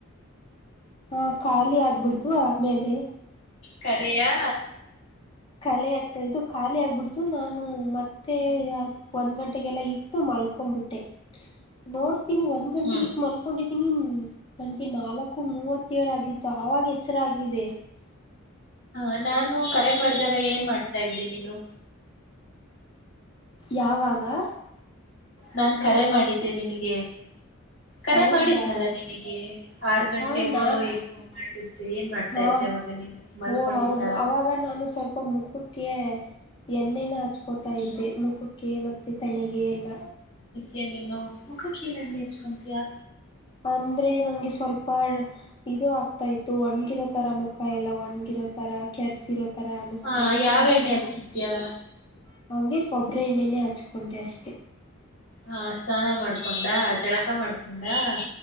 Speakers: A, on the left; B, on the left.
A: ಹಾ ಖಾಲಿ ಆಗ್ಬಿಡ್ತು ಆಮೇಲೆ
B: ಕರೆಯಾ
A: ಖಲೆ ಇದು ಖಾಲಿ ಆಗ್ಬಿಡ್ತು ನಾನು ಮತ್ತೆ ಒಂದ್ ಗಂಟೆಗೆಲ್ಲ ಇಟ್ಟು ಮಲ್ಕೊಬಿಟ್ಟೆ ನೋಡ್ ತಿನಿ ಒಂದ್ ಗಂಟೆಗೆಲ್ಲ
B: ಹ್ಮ್
A: ಮಲ್ಕೊಂಡಿದ್ ಇನಿನ್ ನನಗೆ ನಾಲ್ಕ ಕು ಮೂವತ್ತೇಳ ಆಗಿತ್ತ ಅವಾಗ್ ಎಚ್ಚರಾಗ್ ಇದೆ
B: ಹಾ ನಾನು ಕರೆ ಮಾಡ್ದಾಗ ಏನ್ ಮಾಡ್ತಾ ಇದ್ದೆ ನೀನು
A: ಯಾವಾಗ್ ವಾ
B: ನಾನ್ ಕರೆ ಮಾಡಿದ್ದೆ ನಿನಿಗೆ ಕರೆ
A: ಹೌದಾ
B: ಮಾಡಿದ್ನಲ್ಲ ನಿನಿಗೆ ಆರ್ ಗಂಟೆಗೋ
A: ಹಾ ನಾನ್
B: ಹೆಂಗೋ ಮಾಡ್ತಿದ್ದೆ ಏನ್ ಮಾಡ್ತಾ
A: ಹಾ
B: ಇದ್ದೆ ಅವಾಗ ನೀನು ಮಲ್ಕೊಂಡಿದ್ದ
A: ಓ ಹೌದು ಅವಾಗ ನಾನು ಸ್ವಲ್ಪ ಮುಖಕ್ಕೆ ಎಣ್ಣೆನ ಹ ಹಚ್ಕೋತಾ
B: ಹ್ಮ್
A: ಇದ್ದೆ ಮುಖಕ್ಕೆ ಮತ್ತೆ ತಲೆಗೆ ಎಲ್ಲ
B: ಯ ನೀನು ಮುಖಕ್ಕ ಏನ್ ಎಣ್ಣೆ ಹಚ್ಕೊತಿಯಾ
A: ಅಂದ್ರೆ ನಂಗೆ ಸ್ವಲ್ಪ ಇದು ಆಗ್ತಾ ಇತ್ತು ಒಣ್ಗಿರೋ ತರ ಮುಖ ಎಲ್ಲ ಒಣಗಿರೋ ತರ ಕೆರ್ಸಿರೋ ತರ ಅನಿಸ್ತಾ
B: ಹ
A: ಇತ್ತು
B: ಯಾವ
A: ಆದ್ರ
B: ಎಣ್ಣೆ ಹಚ್ಚಿದ್ಯಾ
A: ಹಂಗೆಬ್ ಟ್ರೇನಿನೇ ಹಚ್ಕೊಂಡೆ ಅಷ್ಟೇ
B: ಹಾ ಸ್ನಾನ ಮಾಡ್ಕೊಂಡ ಜಳಕ ಮಾಡ್ಕೊಂಡ ಕೊಂಡಾ